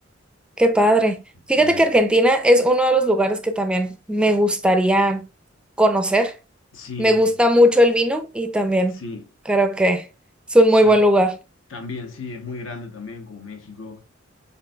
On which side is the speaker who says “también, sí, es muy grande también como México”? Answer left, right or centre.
Left